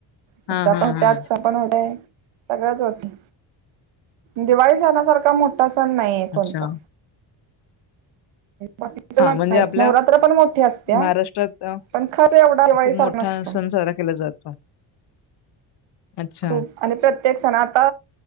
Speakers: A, on the right; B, on the left.
A: सुट्यापण
B: हा हा
A: त्याच
B: हा
A: सं पण होतय सगळच होते दिवाळी सणासारखा मोठा सण नाहीये
B: अच्छा
A: कोणता बाकीच
B: हा
A: माहित
B: म्हणजे
A: नाहीनवरात्र
B: आपल्या
A: पण मोठ्या असत्या
B: महाराष्ट्रात अ,
A: पंखाचा एवढा दिवाळीसारख
B: खूप मोठा
A: नसतो
B: सण साजरा केला जातो अच्छा
A: खूप आणि प्रत्येक सण आता